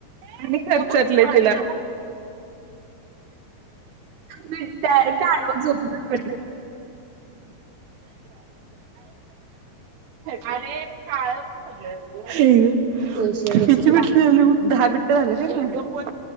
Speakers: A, on the right; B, on the right.
A: आणि खर्चटला तिला.
B: मी डायरेक्ट आडवं झोपलो
A: अरे काळ हग
B: वैशे वैशे
A: विितीबटली
B: तुला
A: अ. दहा बिट्ट झालं का